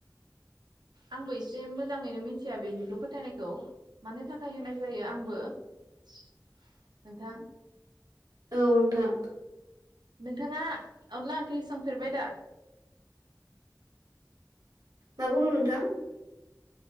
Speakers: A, on the right; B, on the right.
A: आंबो एसे मोजाङैनो मिथिया बेनिखौ फोथायनायखौ मानो थाखाय होनाय जायो आंबो नोंथां
B: औ नोंथां
A: नोंथाङा अनला ओंख्रि सोंफेरबाय दा?
B: मा बुंदों नोंथां?